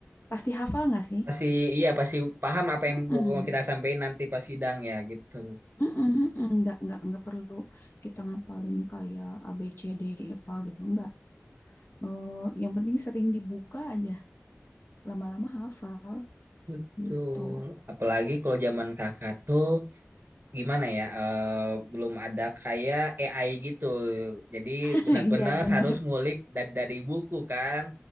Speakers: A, on the left; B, on the right.
A: Pasti hafal nggak sih?
B: Pasti iya pasti paham apa
A: Mm-mm.
B: yang mau kita sampaikan nanti pas sidang ya gitu.
A: Mm-mm, mm-mm. Nggak, nggak, nggak perlu kita ngapalin kayak A, B, C, D, E, apa gitu. Nggak. Eh, yang penting sering dibuka aja. Lama-lama hafal
B: Betul.
A: gitu.
B: Apalagi kalau zaman kakak tuh gimana ya? eh, belum ada kayak AI gitu. Jadi
A: <laughs>
B: benar-benar
A: Iya bener.
B: harus ngulik dari, dari buku kan.